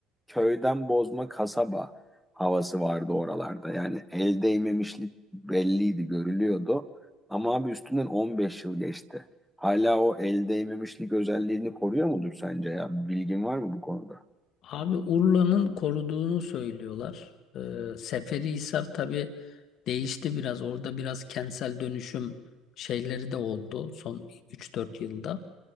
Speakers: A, in the centre; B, on the left.
A: köyden bozma kasaba havası vardı oralarda. Yani el değmemişlik belliydi, görülüyordu. Ama abi üstünden 15 yıl geçti. Hala o el değmemişlik özelliğini koruyor mudur sence ya? Bilgin var mı bu konuda?
B: Abi Urla'nın koruduğunu söylüyorlar. Ee, Seferihisar tabii değişti biraz. Orada biraz kentsel dönüşüm şeyleri de oldu son 3-4 yılda.